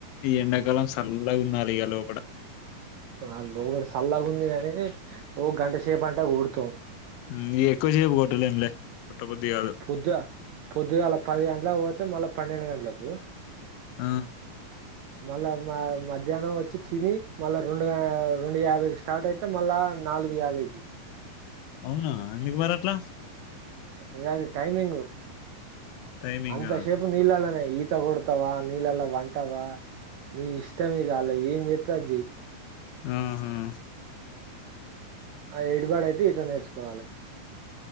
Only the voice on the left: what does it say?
ఈ ఎండాకాలం చల్లగున్నలే ఇగ లోపటా
ఉ ఇగ ఎక్కువ సేపు కోట్టలేం లే కొట్టబుద్ధి కాదు
ఆ
అవునా ఎందుకు మరట్ల
టైమింగ్
ఆహా